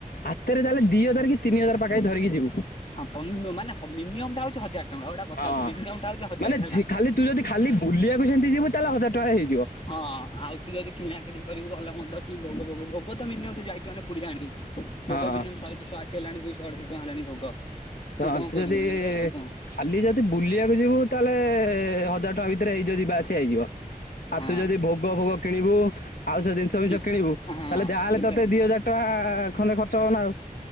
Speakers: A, on the left (about 75°); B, on the left (about 40°).
A: ହାତେରେ ତାହେଲେ ଦି ହଜାର କି ତିନି ହଜାର ପାଖାପାଖି ଧରିକି ଯିବୁ।
B: ହଁ ତମେମାନେ ମିନିମମଟା ହଉଚି ହଜାରଟଙ୍କା ଗୋଟା କଥା
A: ହଁ
B: ହଉଛି ମିନିମମ୍ ଟା ହଉଛି ହଜାର
A: ମାନେ
B: ହେଲା
A: ଝିଅ ଖାଲି ତୁ ଯଦି ଖାଲି ବୁଲିବାକୁ ସେମିତି ଯିବୁ ତାହେଲେ ହଜାର ଟଙ୍କା ହେଇଯିବ।
B: ହଁ ଆଉ ତୁ ଯଦି କିଣା କିଣି କରିବୁ ଭଲ ମନ୍ଦ କି ଭୋଗ ଭୋଗ ଭୋଗ ତ ମିନିମମ୍ ପୁରୀ ଯାଇଛୁ ମାନେ ପୁରୀରୁ ଆଣିବୁ। ଭୋଗ
A: ହଁ।
B: ମିନିମମ୍ ଶହେଶହ ଆସି ହେଲାଣି ଦୁଇଶହ ଅଢେଇଶହ ଟଙ୍କା ହେଲାଣି ଭୋଗ।
A: ତ
B: କଣ
A: ତୁ
B: କରିବୁ
A: ଯଦି
B: ଏଇଆ ଆଉ କଣ
A: ଖାଲି ଯଦି ବୁଲିଆକୁ ଯିବୁ ତାହେଲେ ହଜାର ଟଙ୍କା ଭିତରେ ହେଇଯିବ ଯିବା ଆସିବା ହେଇଯିବ। ଆଉ
B: ହଁ
A: ତୁ ଯଦି ଭୋଗ ଭୋଗ କିଣିବୁ ଆଉ ସେ ଜିନଷ୍ ଜିନିଷ ଫିନଷ
B: କି
A: କିଣିବୁ
B: ହଁ
A: ତାହେଲେ ଯାହାହେଲେ
B: ସେଟା
A: ତୋତେ ଦି ହଜାର ଟଙ୍କା ଖଣ୍ଡେ ଖର୍ଚ୍ଚ ହବନା ଆଉ।